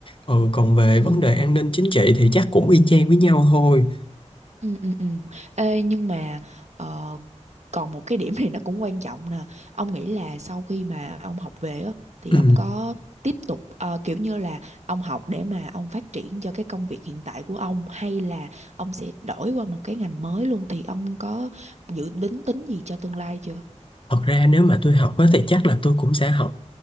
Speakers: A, on the left; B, on the right.
A: ừ, còn về
B: ừ
A: vấn đề an ninh chính trị thì chắc cũng y chang với nhau thôi
B: Ừ, ừ, ừ. Ê, nhưng mà ờ, còn một cái điểm thì nó cũng quan trọng nè. Ông nghĩ là sau khi mà ông học về á, thì
A: ừ.
B: ông có tiếp tục ờ, kiểu như là ông học để mà ông phát triển cho cái công việc hiện tại của ông hay là ông sẽ đổi qua một cái ngành mới luôn thì ông có dự định tính gì cho tương lai chưa?
A: Thật ra nếu mà tôi học á, thì chắc là tôi cũng sẽ học